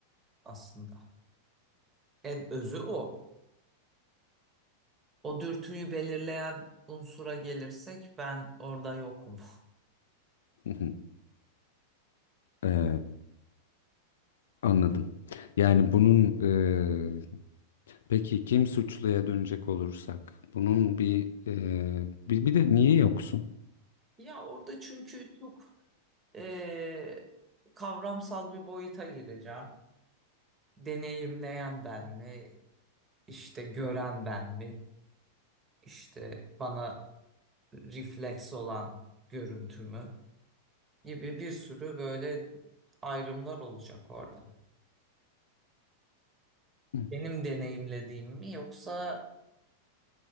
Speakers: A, on the right; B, on the left.
A: aslında. En özü o. O dürtüyü belirleyen unsura gelirsek ben orada yokum. <laughs>
B: <laughs> E, anladım. Yani bunun e, peki kim suçluya dönecek olursak bunun bir e, bir, bir de niye yoksun?
A: Ya orada çünkü çok Ee, kavramsal bir boyuta gireceğim. Deneyimleyen ben mi? İşte gören ben mi? İşte bana refleks olan görüntü mü? Gibi bir sürü böyle ayrımlar olacak orada.
B: <clears throat>
A: Benim deneyimlediğim mi yoksa